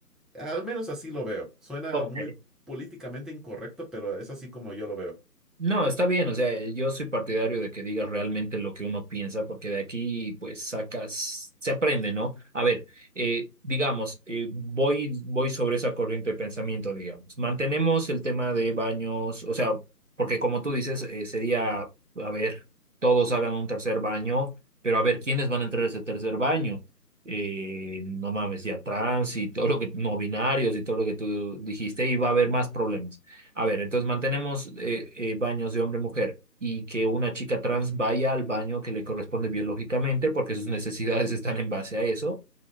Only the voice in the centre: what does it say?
Al menos así lo veo. Suena
muy políticamente incorrecto, pero es así como yo lo veo.